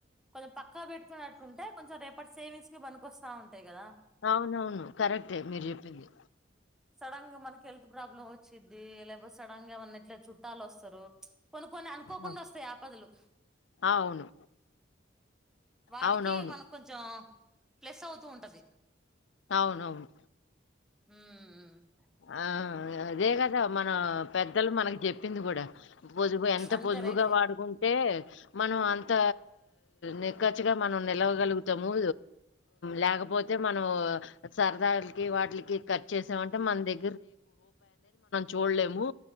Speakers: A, in the centre; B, on the left.
A: కొంచెం పక్కగా పెట్టుకున్నట్టుంటే కొంచెం రేపటి సేవింగ్స్ కి బనికికొస్తా ఉంటాయి కదా
B: అవునవును కరెక్టే మీరు చెప్పింది
A: సడన్ గా మనకి హెల్త్ ప్రాబ్లమ్ వచ్చిది లేపో సడన్ గా ఏమన్నా ఎట్లా చుట్టాలు వస్తారు కొన్ని కొన్ని అనుకోకుండా
B: అవును.
A: వస్తాయి ఆపదలు
B: అవును.
A: వాటికి
B: అవునవును.
A: మనం కొంచెం ప్లస్ అవుతూ ఉంటది
B: అవునవును
A: ఉ ఊ
B: ఆ అదే గద మన పెద్దలు మనకి చెప్ప పిందు కూడా పొదుపు ఎంత
A: అంతే
B: పొదుపుగా
A: రైటే
B: వాడుకుంటే మనం అంత నిక్కచ్చగా మనం నిలవగలుగుతాము లేకపోతే మనం సరదకి వాటిలకి కట్ చేసామంటే మన దగ చూడలేము